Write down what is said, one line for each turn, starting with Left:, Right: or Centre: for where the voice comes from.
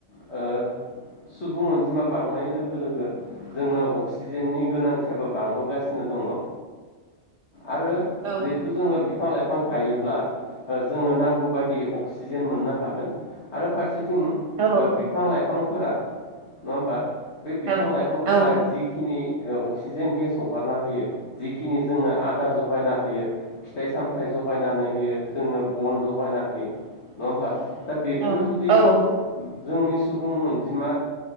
Left: ओ सुबुं अनजिमा बांनाय लो गो लोगो जोंनो अक्सिजेननि गोनांथियाबो बांबोगासिनो दङ ओ आरो
Right: औ
Left: जिहेथु जोङो बिफां लाइफां गायोब्ला। जोङो नांगौ बायदि अक्सिजेन मोननो हागोन आरो फारसे सेथिं ओ
Right: औ
Left: बिफां लाइफां फोरा नङा होमबा बे बिफां
Right: औ
Left: लाइफांफोरा
Right: औ
Left: जिखिनि अक्सिजेन गेस हगारना होयो, जिखिनि जोंनो आदार जगायना होयो फिथाइ सामथाइ जगायनानै होयो। जोंनो बन जगायना होयो नङा होमबा? दा बेफोर
Right: औ
Left: जुदि जोंनि सुबुं अनजिमा